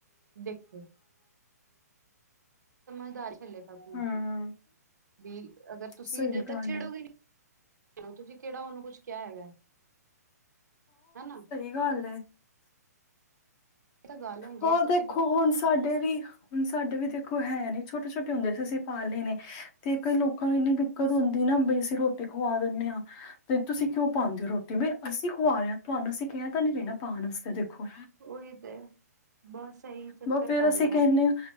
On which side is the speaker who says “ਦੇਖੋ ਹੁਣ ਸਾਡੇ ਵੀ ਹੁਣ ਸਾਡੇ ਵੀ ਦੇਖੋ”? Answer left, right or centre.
Left